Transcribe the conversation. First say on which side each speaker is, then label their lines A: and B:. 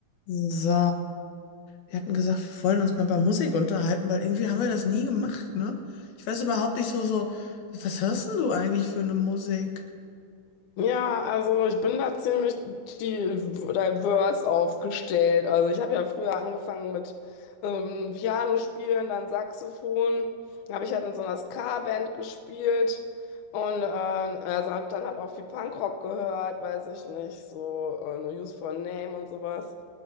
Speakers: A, on the left; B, on the left.
A: So, wir hatten gesagt, wir wollen uns mal über Musik unterhalten, weil irgendwie haben wir das nie gemacht, ne? Ich weiß überhaupt nicht so, so, was hörst denn du eigentlich für eine Musik?
B: Ja, also ich bin da ziemlich di- diverse aufgestellt. Also ich habe ja früher angefangen mit ähm, Piano spielen, dann Saxophon. Dann Habe ich halt in so einer Ska-Band gespielt und ähm, also habe dann halt auch viel Punkrock gehört, weiß ich nicht, so äh, No Use for a Name und sowas.